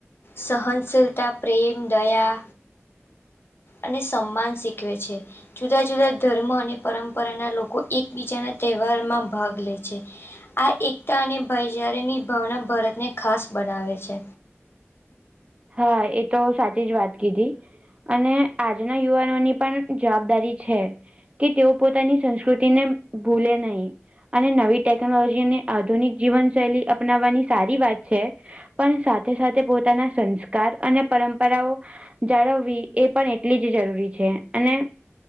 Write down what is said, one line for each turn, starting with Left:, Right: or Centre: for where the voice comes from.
Left: સહનશીલતા પ્રેમ દયા અને સમાન શીખવે છે. જુદા જુદા ધર્મ અને પરંપરાના લોકો એકબીજાના તહેવારમાં ભાગ લે છે. આ એકતા અને ભાઈચારા ની ભાવના ભારત ને ખાસ બનાવે છે.
Right: હા એ તો સાચી જ વાત કીધી. અને આજના યુવાનોની પણ જવાબદારી છે. કે તેઓ પોતાની સંસ્કૃતિને ભૂલે નહીં. અને નવી ટેકનોલોજીને આધુનિક જીવનશૈલી અપનાવવાની સારી વાત છે. પણ સાથે સાથે પોતાના સંસ્કાર અને પરંપરાઓ જાળવી એ પણ એટલી જ જરૂરી છે અને